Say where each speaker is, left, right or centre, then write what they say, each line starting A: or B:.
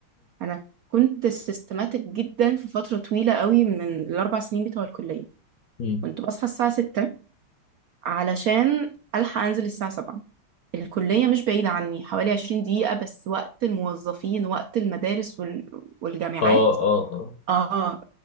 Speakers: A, on the right; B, on the left.
A: انا كنت سيستماتيك جدا في فتره طويله قوي من الاربع سنين بتوع الكليه
B: مم.
A: كنت بصحى الساعه 6 علشان ألحق أنزل الساعة 7 الكلية مش بعيدة عني حوالي 20 دقيقة بس وقت الموظفين وقت المدارس وال... والجامعات
B: اه اه اه
A: آه